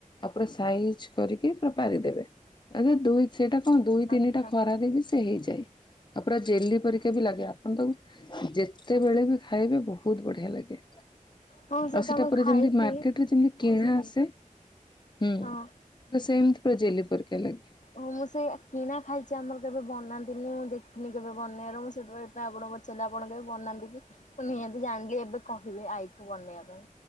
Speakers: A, on the left (about 35°); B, on the left (about 60°).
A: ଆଉ ପୁରା ସାଇଜ୍ କରିକି ପୁରା ପାରିଦେବେ ଦୁଇ ସେଇଟା କଣ ଦୁଇ ତିନିଟା
B: ଆଚ୍ଛା
A: ଖରାରେବି ସେହେଇଯାଏ ଆଉ ପୁରା ଜେଲି ପରିକାବି
B: ଆଚ୍ଛା
A: ଲାଗେ ଆପଣ ତାକୁ ଯେତେବେଳେବି ଖାଇବେ ବହୁତ୍ ବଢ଼ିଆ ଲାଗେ।
B: ହଁ ସେ
A: ଆଉ ସେଟା
B: ତ ମୁଁ
A: ପୁରା
B: ଖାଇଛି।
A: ଯେମିତି ମାର୍କେଟରେ
B: ହୁଁ
A: ଯେମିତି କିଣା ଆସେ ହୁଁ
B: ହଁ।
A: ପୁରା ସେମିତି ପୁରା ଜେଲି ପରିକା ଲାଗେ।
B: ହଁ ମୁଁ ସେଇ କିଣା ଖାଇଚି ଆମର କେବେ ବନାନ୍ତିନି ମୁଁ ଦେଖିନି କେବେ ବନେଇବାର ମୁଁ ସେଇଥିପାଇଁ ଆପଣଙ୍କୁ ପଚାରିଲେ ଆପଣ କେବେ ବନାନ୍ତିକି ମୁ ନିହାତି ଜାଣିଲି ଏବେ କହିବି ଆଈକୁ ବନେଇବା ପାଇଁ।